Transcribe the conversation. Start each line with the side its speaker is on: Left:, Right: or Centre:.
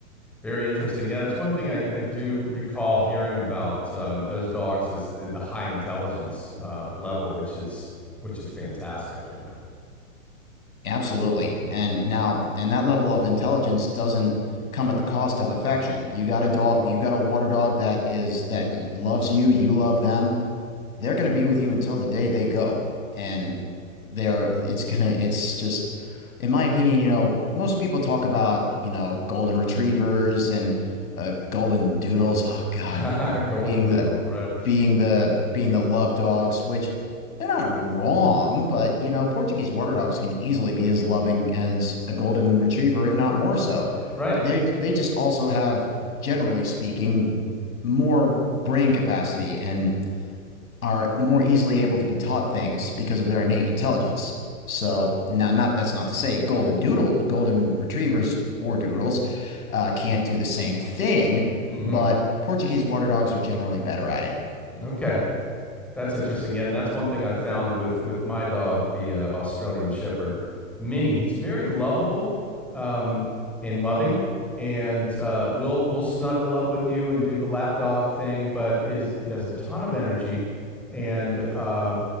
Centre: Very interesting. Yeah, that's one thing I, I do recall hearing about um, those dogs is the, the high intelligence uh, level, which is which is fantastic. You know.
Left: Absolutely. And now, and that level of intelligence doesn't come at the cost of affection. You got a dog, you got a water dog that is, that y- loves you, you love them they're going to be with you until the day they go. And they're, it's gonna, it's just, in my opinion, you know, most people talk about, you know, golden retrievers and uh, golden doodles. Oh God,
Centre: <laughs> Golden
Left: being
Centre: doodle,
Left: the,
Centre: right.
Left: being the, being the love dogs, which they're not wrong, but you know, Portuguese water dogs can easily be as loving as a golden retriever, if not more so.
Centre: Right.
Left: They, they just also have, generally speaking, more brain capacity and are more easily able to be taught things because of their innate intelligence. So now, not that's not to say golden doodle, the golden retrievers or doodles, uh, can't do the same thing,
Centre: Mhm.
Left: but Portuguese water dogs are generally better at it.
Centre: Okay. That's interesting. Yeah, and that's one thing I've found with with my dog, the uh, Australian Shepherd, Minnie. He's very lovable um, and loving, and uh, will will snuggle up with you and do the lap dog thing, but is has a ton of energy, and uh,